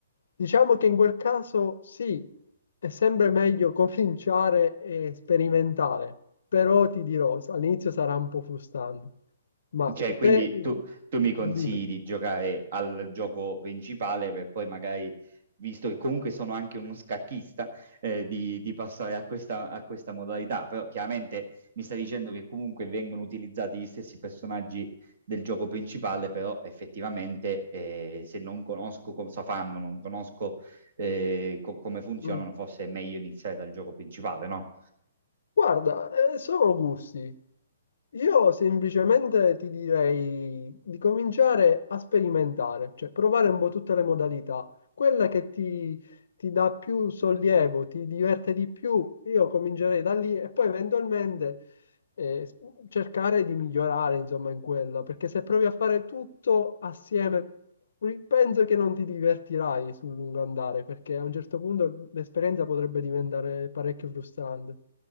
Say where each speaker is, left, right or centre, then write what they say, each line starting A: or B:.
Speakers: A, on the left; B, on the right.
A: Diciamo che in quel caso sì, è sempre meglio <laughs> cominciare e sperimentare, però ti dirò, all'inizio sarà un po' frustrante, ma
B: Cioè, quindi
A: te eh,
B: tu, tu mi consigli
A: dimmi.
B: di giocare al gioco principale per poi magari, visto che comunque sono anche uno scacchista, eh, di, di passare a questa, a questa modalità. Però chiaramente mi stai dicendo che comunque vengono utilizzati gli stessi personaggi del gioco principale, però effettivamente eh, se non conosco cosa fanno, non conosco eh, co- come funzionano,
A: Mm.
B: forse è meglio iniziare dal gioco principale, no?
A: Guarda, eh, sono gusti. Io semplicemente ti direi di cominciare a sperimentare, cioè provare un po' tutte le modalità. Quella che ti, ti dà più sollievo, ti diverte di più, io comincerei da lì e poi eventualmente eh, s- cercare di migliorare, insomma, in quella, perché se provi a fare tutto assieme, ri- penso che non ti divertirai sul lungo andare, perché a un certo punto l'esperienza potrebbe diventare parecchio frustrante.